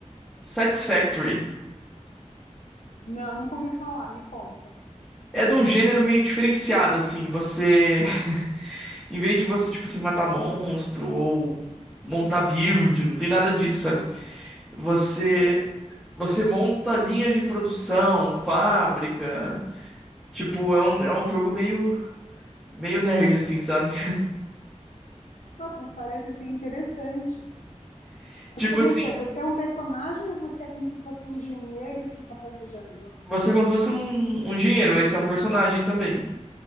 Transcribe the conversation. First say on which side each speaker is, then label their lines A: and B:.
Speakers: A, in the centre; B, on the left (about 80°).
A: Satisfactory.
B: Não, nunca ouvi falar. Me conta.
A: É de um gênero meio diferenciado, assim, você... Em vez de você, tipo assim, matar monstro ou montar build, não tem nada disso, sabe? Você
B: Sei.
A: você monta linhas de produção, fábrica. Tipo, é um, é um jogo meio, meio nerd, assim, sabe?
B: Nossa, mas parece ser interessante.
A: <laughs> Tipo
B: Mas como
A: assim,
B: é que é? Você é um personagem ou você é como se fosse um engenheiro e fica planejando?
A: você é como se fosse um, um engenheiro, mas você é um personagem também.